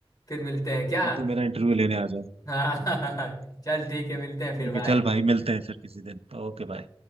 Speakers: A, on the left; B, on the right.
A: फिर मिलते हैं क्या
B: फिर तू मेरा इंटरव्यू लेने आ जा
A: हाँ
B: <laughs>
A: <laughs> चल ठीक है मिलते हैं
B: ठीक
A: फिर
B: है
A: बाय
B: चल भाई मिलते हैं फिर किसी दिन Okay bye